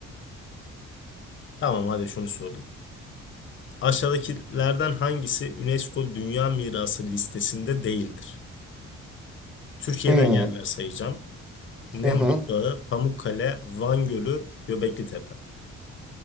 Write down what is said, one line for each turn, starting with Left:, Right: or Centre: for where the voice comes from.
Left: Tamam hadi şunu sorayım. Aşağıdakilerden hangisi UNESCO Dünya Mirası listesinde değildir? Türkiye'den
Centre: Hı
Left: yerler sayacağım. Nemrut
Centre: hı. hı.
Left: Dağı, Pamukkale, Van Gölü, Göbekli Tepe.